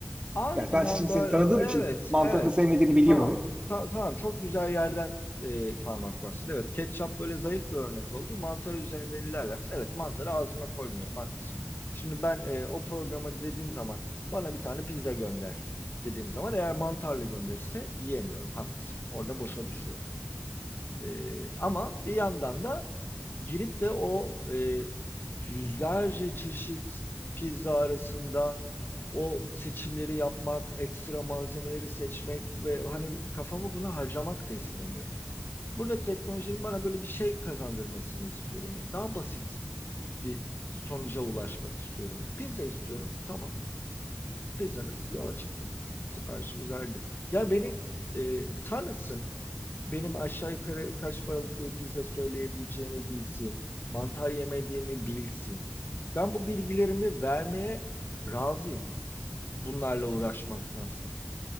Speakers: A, on the left; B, on the right.
A: Aynen
B: Yani ben şimdi
A: böyle.
B: seni tanıdığım
A: Evet,
B: için mantarı
A: evet.
B: sevmediğini biliyorum.
A: Tamam. Ta- tamam, çok güzel yerden e, parmak bastın. Evet, ketçap böyle zayıf bir örnek oldu. Mantar üzerinden ilerlersin. Evet, mantarı ağzıma koymuyorum. Haklısın. Şimdi ben e, o programa dediğim zaman bana bir tane pizza gönder dediğim zaman eğer mantarlı gönderirse yiyemiyorum. Haklısın. Orada boşa düşüyorum. Ee, ama bir yandan da girip de o e, yüzlerce çeşit pizza arasında o seçimleri yapmak, ekstra malzemeleri seçmek ve hani kafamı buna harcamak da istemiyorum. Burada teknolojinin bana böyle bir şey kazandırmasını istiyorum. Daha basit bir sonuca ulaşmak istiyorum. Pizza istiyorum, tamam pizzanız yola çıktı. Siparişiniz verdi. Ya beni e, tanısın. Benim aşağı yukarı kaç paralık bir pizza söyleyebileceğimi bilsin. Mantar yemediğimi bilsin. Ben bu bilgilerimi vermeye razıyım. Bunlarla uğraşmaktansa.